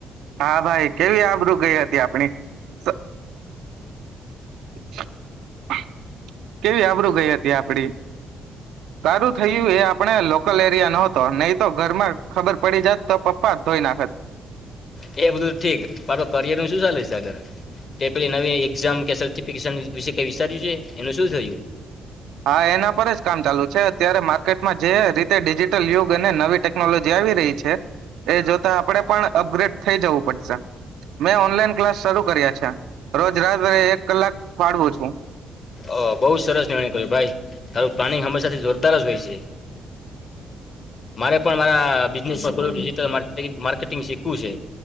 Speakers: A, on the right (about 80°); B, on the left (about 45°).
A: હા ભાઈ કેવી આબરૂ ગઈ તે આપણે સા <unintelligible> કેવી આવરું ગઈ હતી આપડી સારું થયું એ આપ આપણે લોકલ એરિયા ન હતો નહીં તો ઘર માં ખબર પડી જત, તો પપ્પા ધોઈ નાખત.
B: હે એ બધું ઠીક પણ તો કરિયર ન શું ચાલે છે? આગળ કે પેલી નવી એક્ઝામ કે સર્ટિફિકેશન વિશે કઈ વિચાર્યું છે? એનું શું થયું?
A: હા એના પર જ કામ ચાલુ છે અત્યારે માર્કેટમાં જે રીતે ડિજિટલ યુગ અને નવી ટેકનોલોજી આવી રહી છે. એ જોતા આપડે પણ અગ્રેડ થઈ જવું પડશે મે ઓનલાઇન ક્લાસ શરૂ કર્યા છે રોજ રાત્રે એક કલાક ફાળવું છું.
B: અ બહુ જ સરસ નિર્ણય કર્યો ભાઈ તારું પ્લાનિંગ હંમેશાથી જોરદાર જ હોય છે. મારે પણ આ બિઝનેસ <unintelligible> ડિજિટલમાર્કેટિંગ માર્કેટિંગ શીખવું છે